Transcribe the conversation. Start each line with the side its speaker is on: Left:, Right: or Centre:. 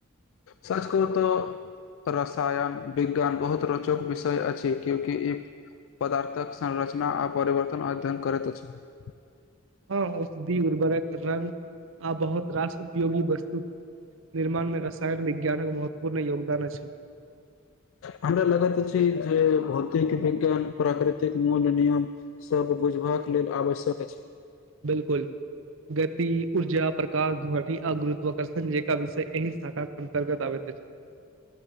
Left: सच कहुं त संस्कृत रसायन विज्ञान बहुत रोचक विषय अछि क्यकि ई पदार्थक संरचना आ परिवर्तन अध्ययन करैत अछि। <unintelligible>
Right: हँ औषधि उर्वरक रंग आ बहुत रस। <unintelligible> उपयोगी वस्तु- निर्माण में रसायन विज्ञानक महत्वपूर्ण योगदान अछि। <unintelligible>
Left: हमरा लगत अछि जे भौतिक विज्ञान प्राकृतिक मूल नियम सभ बुझबाक लेल आवश्यक अछि। <unintelligible>
Right: बिलकुल गति ऊर्जा प्रकाश ध्व आगृति। आकर्षण जे क विषय एहि शाखा के। <unintelligible> अन्तर्गत आबै तऽ छै। <unintelligible>